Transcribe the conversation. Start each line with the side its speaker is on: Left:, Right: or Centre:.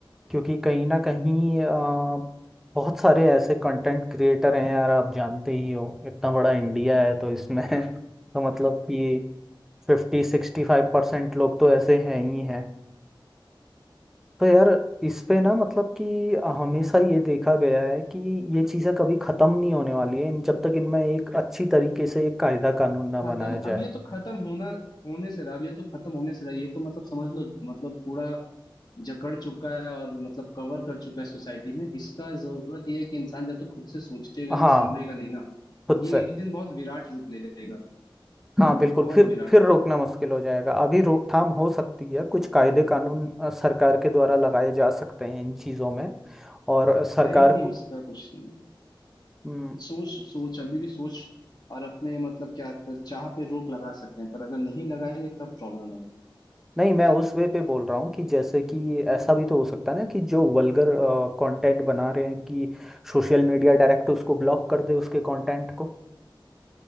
Centre: क्योंकि कहीं ना कहीं अ, बहुत सारे ऐसे कंटेंट क्रिएटर हैं यार आप जानते ही हो इतना बड़ा इंडिया है तो इसमें <laughs> तो मतलब कि फिफ्टी सिक्सटी फाइव परसेंट लोग तो ऐसे हैं ही हैं तो यार इस पे ना मतलब कि हमेशा ये देखा गया है कि ये चीज़ें कभी ख़त्म नहीं होने वाली है इन जब तक इनमें एक अच्छी तरीके से एक कायदा कानून ना
Left: खत्म
Centre: बनाया
Left: अब
Centre: जाए
Left: ये तो खत्म होना होने से रहा अब ये तो खत्म होने से रहा ये तो मतलब समझ लो मतलब पूरा जकड़ चुका है और मतलब कवर कर चुका है सोसाइटी में इसका जरूरत यह है कि इंसान जब तक तो खुद से सोचेगा नहीं
Centre: हाँ
Left: संभलेगा नहीं ना
Centre: खुद
Left: ये
Centre: से
Left: एक दिन बहुत विराट रूप ले लेगा
Centre: हाँ बिल्कुल
Left: बहुत
Centre: फिर
Left: विराट
Centre: फिर रोकना मुश्किल हो जाएगा अभी रोकथाम हो सकती है कुछ कायदे कानून अ, सरकार के द्वारा लगाए जा सकते हैं इन चीज़ों में और सरकार
Left: नहीं नहीं
Centre: को
Left: उसका कुछ नहीं
Centre: हम्म,
Left: सोच सोच अभी भी सोच और अपने मतलब क्या चाह पे रोक लगा सकते हैं पर अगर नहीं लगाएंगे तब प्रॉब्लम होगी
Centre: नहीं मैं उस वे पे बोल रहा हूँ कि जैसे कि ऐसा भी तो हो सकता है ना कि जो वल्गर कंटेंट बना रहे हैं कि सोशल मीडिया डायरेक्ट उसको ब्लॉक कर दे उसके कंटेंट को